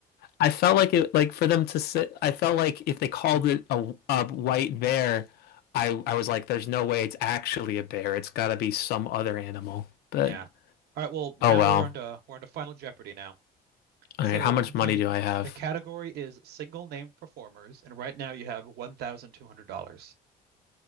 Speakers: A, on the left; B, on the right.
A: I felt like it, like for them to sit, I felt like if they called it a, a white bear, I I was like, there's no way it's actually a bear. It's got to be some other animal. But
B: Yeah. All right. Well, now
A: oh well.
B: we're on to we're on to Final Jeopardy now.
A: All
B: So
A: right, how much
B: the
A: money do I have?
B: the category is single named performers, and right now you have one thousand two hundred dollars.